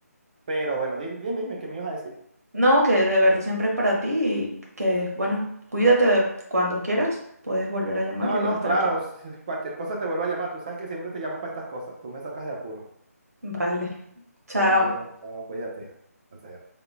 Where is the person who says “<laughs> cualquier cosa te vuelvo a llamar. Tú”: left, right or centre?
Right